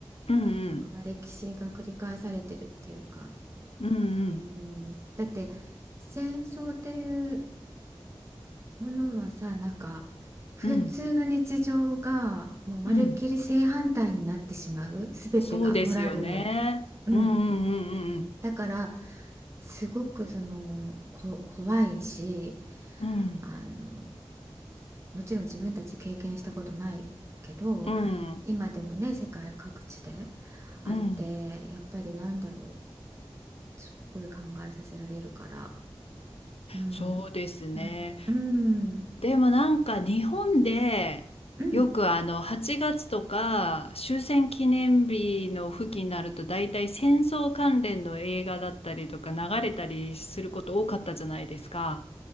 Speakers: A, on the left; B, on the right.
A: うんうん。
B: なんかまあ歴史が繰り返されてるっていうか、
A: うんうん。
B: うん、だって戦争っていうものはさ、なんか普通の日常がもうまるっきり正反対になってしまう、
A: うんうん。
B: すべてが、
A: そうですよね。
B: モラルも。うん。
A: うんうんうん
B: だから、すごくその、こ、怖いし、
A: うん
B: あのもちろん自分たち経験したことないけど
A: うん。うん
B: 今でもね世界各地であってやっぱりなんだろ
A: うんうん。
B: うすっごい考えさせられるからうんまあうん
A: そうですね。でもなんか日本でよくあの8月とか終戦記念日の付近になると大体戦争関連の映画だったりとか流れたりすること多かったじゃないですか。
B: うん